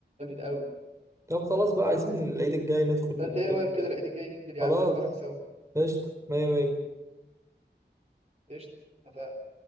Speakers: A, on the right; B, on the right.
A: قوي
B: طب خلاص بقى عايزين العيد الجاي ندخل
A: فانت ايه
B: الفيلم
A: رايك كده
B: كده
A: العيد الجاي ننزل يا
B: خلاص
A: عم نتفرج سوا
B: قشطة مية مية
A: قشطه اتفقنا